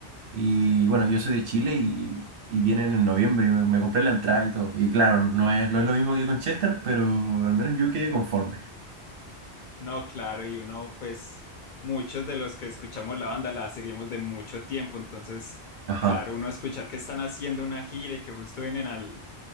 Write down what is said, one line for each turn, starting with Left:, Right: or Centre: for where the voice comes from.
Right: Y bueno, yo soy de Chile y, y vienen en noviembre y me, me compré la entrada y todo. Y claro, no es, no es lo mismo que con Chester, pero al menos yo quedé conforme.
Left: no, claro, y uno, pues, muchos de los que escuchamos la banda la seguimos de mucho tiempo, entonces,
Right: Ajá,
Left: claro, uno escuchar que están haciendo una gira y que justo vienen al,